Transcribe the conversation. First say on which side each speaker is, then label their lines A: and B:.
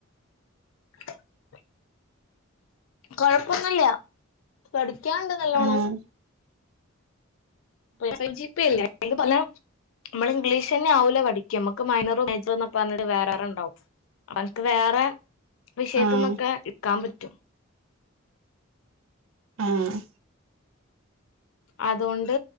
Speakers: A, on the left; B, on the right.
A: <unintelligible> കൊഴപ്പൊന്നുമില്ല പഠിക്കാണ്ട് നല്ലോണ്ണം
B: ആഹ്
A: <unintelligible> നമ്മള് ഇംഗ്ലീഷ് തന്നെ ആവൂല പഠിക്കാ നമുക്ക് മൈനറോ <unintelligible> പറഞ്ഞിട്ട് വേറെ ആറെ ഉണ്ടാവും അവനക്ക് വേറെ വിഷയത്തുമക്കെ
B: ആഹ്
A: എടുക്കാൻ പറ്റും
B: ആഹ്
A: അതുകൊണ്ട്